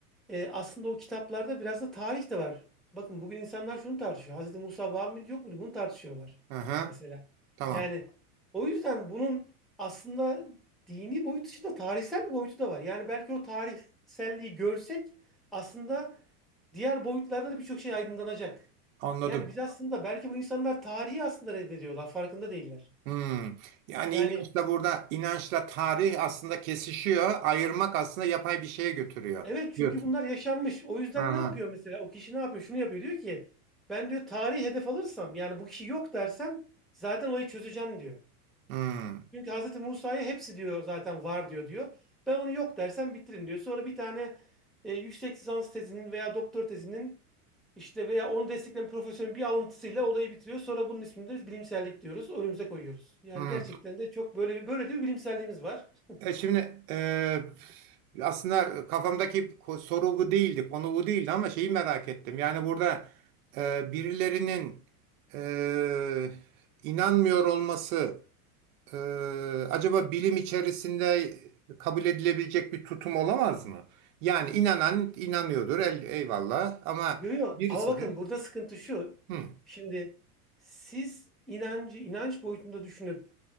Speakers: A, in the centre; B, on the right.
A: E, aslında o kitaplarda biraz da tarih de var. Bakın bugün insanlar şunu tartışıyor. Hazreti Musa var mıydı yok muydu? Bunu tartışıyorlar.
B: Hı hı.
A: Mesela.
B: Tamam.
A: Yani o yüzden bunun aslında dini boyut dışında tarihsel bir boyutu da var. Yani belki o tarihselliği görsek aslında diğer boyutlarda da birçok şey aydınlanacak.
B: Anladım.
A: Yani biz aslında belki bu insanlar tarihi aslında reddediyorlar. Farkında değiller.
B: Hmm. Yani
A: Yani
B: inançla burada inançla tarih aslında kesişiyor. Ayırmak aslında yapay bir şeye götürüyor
A: Evet
B: diyorsun.
A: çünkü bunlar yaşanmış. O yüzden
B: Aha.
A: ne yapıyor mesela? O kişi ne yapıyor? Şunu yapıyor. Diyor ki ben diyor tarihi hedef alırsam yani bu kişi yok dersem zaten olayı çözeceğim diyor.
B: Hmm.
A: Çünkü Hazreti Musa'ya hepsi diyor zaten var diyor diyor. Ben onu yok dersem bitiririm diyor. Sonra bir tane e, yüksek lisans tezinin veya doktor tezinin işte veya onu destekleyen profesörün bir alıntısıyla olayı bitiriyor. Sonra bunun ismini de biz bilimsellik diyoruz. Önümüze koyuyoruz. Yani
B: Hmm.
A: gerçekten de çok böyle böyle de bir bilimselliğimiz var. <laughs>
B: E şimdi e, aslında kafamdaki ko- soru bu değildi, konu bu değildi ama şeyi merak ettim. Yani burada e, birilerinin e, inanmıyor olması Ee, acaba bilim içerisinde kabul edilebilecek bir tutum olamaz mı? Yani inanan inanıyordur, el, eyvallah. Ama
A: Yok yok
B: birisi
A: ama bakın
B: de
A: burada sıkıntı şu.
B: hı,
A: Şimdi siz inancı inanç boyutunda düşünüp